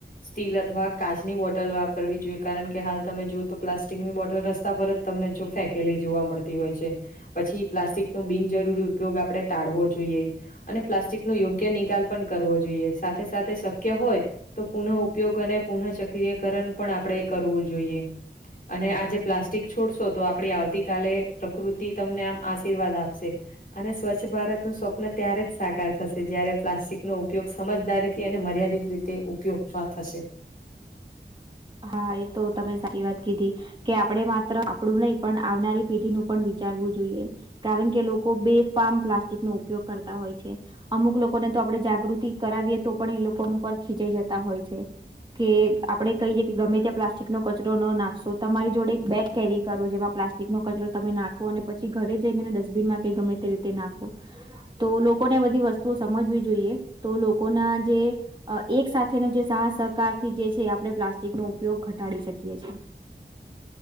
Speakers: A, on the left; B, on the right.
A: સ્ટીલ અથવા કાચની બોટલ વા, કરવી જોઈએ કારણ કે હાલ તમે જોઓ તો પ્લાસ્ટિકની બોટલ રસ્તા પર જ તમને જો ફેંકેલી જોવા મળતી હોય છે. પછી પ્લાસ્ટિકનો બિનજરૂરી ઉપયોગ આપણે ટાળવો જોઈએ. અને પ્લાસ્ટિક નો યોગ્ય નિકાલ પણ કરવો જોઈએ સાથે સાથે શક્ય હોય તો પુનઃ ઉપયોગ અને પુનઃ ચક્રીકરણ પણ આપણે કરવું જોઈએ. અને આજે પલાસ્ટીક છોડશો તો આપડી આવતી કાલે પ્રકૃતિ તમને આમ આશીર્વાદ આપશે અને સ્વચ્છ ભારતનું સ્વપ્ન ત્યારે જ સાકાર થશે જ્યારે પ્લાસ્ટિકનો ઉપયોગ સમજદારી થી અને મર્યાદિત રીતે ઉપયોગમાં થશે. <inaudible>
B: હા એ તો તમે સાચી વાત કીધી કે આપણે માત્ર આપડું નહી પણ આવનારી પેઢી નું પણ વિચારવું જોઈએ. કારણ કે લોકો બેફામ પ્લાસ્ટિક નો ઉપયોગ કરતા હોય છે. અમુક લોકોને તો આપડે જાગૃતિ કરાવીએ તો પણ એ લોકો ઉપર ખીચાઈ જતા હોય છે. કે આપડે કહીયે કે ગમે ત્યાં પ્લાસ્ટિક નો કચરો ન નાખશો તમારી જોડે એક બેગ કેરી કરો જેમાં પ્લાસ્ટિક નો કચરો તમે નાખો અને પછી ઘરે જઈને ડસ્ટબિનમાં કે ગમે તે રીતે નાખો. તો લોકોને બધી વસ્તુઓ સમજવી જોઈએ તો લોકોના જે એક સાથેનો જે સાહ સહકાર થી જે છે આપણે પ્લાસ્ટિકનો ઉપયોગ ઘટાડી શકીએ છીએ.